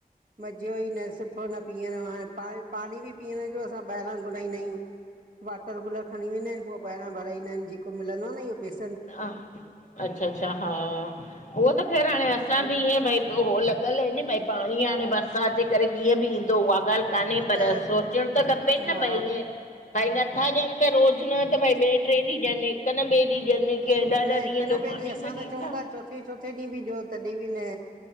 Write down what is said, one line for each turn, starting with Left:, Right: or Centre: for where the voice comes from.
Right: मज़ो ई न सुठो न पीअण हाणे पा पाणी बि पीअण जो असां ॿाहिरि उतां घुराईंदायु वटर कूलर खणी वेंदा आहिनि पो ॿहिरां भराईंदा इन जेको मिलंदो आ न पैस
Left: ह अच्छा -अच्छा हा, उहो त ख़ैर हाणे असां बि ईअं भाई हो लॻियल आहे न भाई पाणी हाणे बरसात जे करे कीअं बि ईंदो ॻाल्हि कान्हे पर
Right: त
Left: सोचणु त खपे न
Right: हा
Left: भाई ईअं भाई नथा ॾियनि त रोज़ न त भाई ॿिए ट्रे ॾींहं ॾियनि हिक न ॿिए ॾींहं ॾियनि की ऐॾा
Right: न
Left: ऐॾा ॾींहं
Right: हिकु न
Left: जो
Right: ॿिए
Left: पाणी
Right: ॾींहुं असां
Left: न
Right: त
Left: ॾींदा।
Right: चऊं था चोथे चोथे ॾींहुं बि ॾियो तॾहिं बि न,